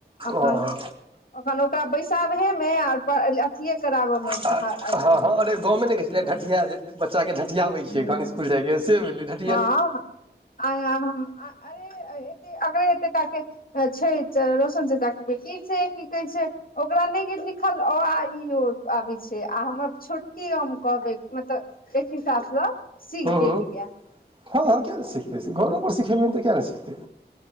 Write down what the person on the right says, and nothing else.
ओ हँ
हँ
हँ
अरे
गाँवमे ने कहै छलै
डटिया जेते बच्चा के डटियाबै छै
तखन स्कुल जाइ छै से भेलै ने
हूँ
हूँ
हँ हँ किए नहि सिखतै घरोपर सिखेबहै तऽ किया न सिखतै